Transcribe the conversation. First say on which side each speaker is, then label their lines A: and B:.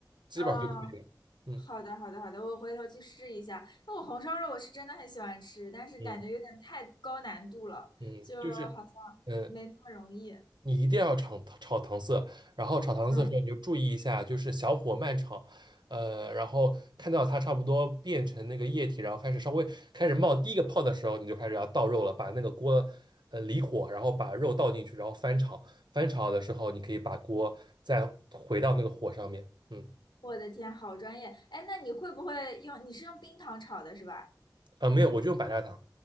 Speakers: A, on the right; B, on the left.
A: 基本上就可以了。
B: 哦，
A: 嗯
B: 好的，好的，好的，我回头去试一下。那我红烧肉我是真的很喜欢吃，但是感觉有点太高难度了，
A: 嗯嗯，
B: 就好像
A: 就是嗯，
B: 没那么容易。
A: 你一定要炒炒糖色，然后炒糖色的时候嗯你就注意一下，
B: 嗯，
A: 就是小火慢炒，呃，然后看到它差不多变成那个液体，然后开始稍微开始冒第一个泡的时候，你就开始要倒肉了，把那个锅呃离火，然后把肉倒进去，然后翻炒，翻炒的时候你可以把锅再回到那个火上面，嗯，
B: 我的天，好专业。哎，那你会不会用？你是用冰糖炒的是吧？
A: 啊没有，我就用白砂糖。